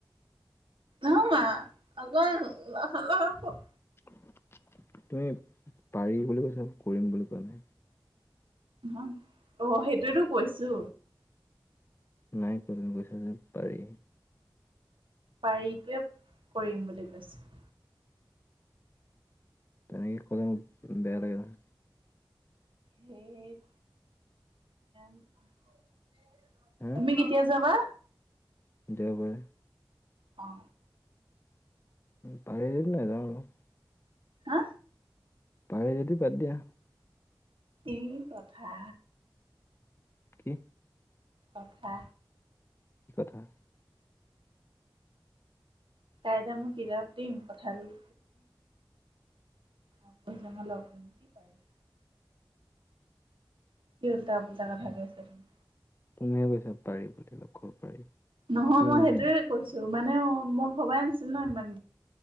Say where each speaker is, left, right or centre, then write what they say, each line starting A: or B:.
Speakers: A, on the right (about 80°); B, on the left (about 30°).
A: অ মা <unintelligible>
B: তুমি পাৰি বুলি কৈছা যে, কৰিম বুলি কোৱা নাই।
A: <unintelligible> অঁ সেইটোয়েটো কৈছো।
B: নাই তুমি কৈছা যে পাৰি।
A: পাৰিটোৱে কৰিম বুলি কৈছো।
B: তেনেকে ক'লে মোক বেয়া লাগে নহয়।
A: সেইত <unintelligible>
B: হা
A: তুমি কেতিয়া যাবা?
B: দেওবাৰে।
A: অঁ।
B: পাহৰি নাযাওঁ আৰু।
A: হা।
B: পাহৰি যদি বাদ দিয়া।
A: ই কথা।
B: কি
A: কথা।
B: কি কথা।
A: তাইযে মোক কিতাপ দিম কঁঠাল <inaudible> আকৈ লগ কৰিম কি পাৰি। কি উল্টা পুলটা কথা কৈ আছা তুমি।
B: তুমিহে কৈছা পাৰি বুলি পাৰি।
A: নহয়
B: কি
A: মই
B: উম,
A: সেইটোৱে কৈছো মানে মই ভবাই নাছিলো ন ইমান